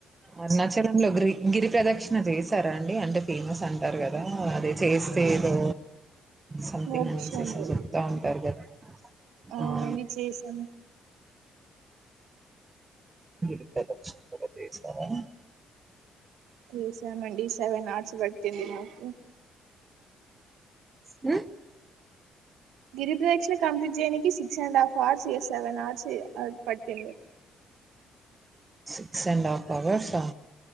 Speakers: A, on the right (about 25°); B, on the right (about 80°).
A: అరుణాచలంలో గ్రీ గిరి ప్రదక్షిణ చేసారా అండి? అంటే ఫేమస్ అంటారు కదా అదే చేస్తే ఏదో సంథింగ్
B: మోక్షం
A: అనేసి స
B: కలుగుతున్నాడు
A: చెప్తా ఉంటారు కదా
B: అవునండి
A: హ
B: చేసాం
A: గిరి ప్రదర్శన కూడా చేశావా?
B: చేశానండి సెవెన్ హార్స్ పాట్ <unintelligible> నాకు
A: ఉమ్
B: గిరిపదక్షిణ కంప్లీట్ చేయనికి సిక్స్ అండ్ హాఫ్ అవర్స్ ఇయస్ సెవెన్ ఆవర్స్ పట్టింది.
A: సిక్స్ అండ్ హాఫ్ అవర్స్ హా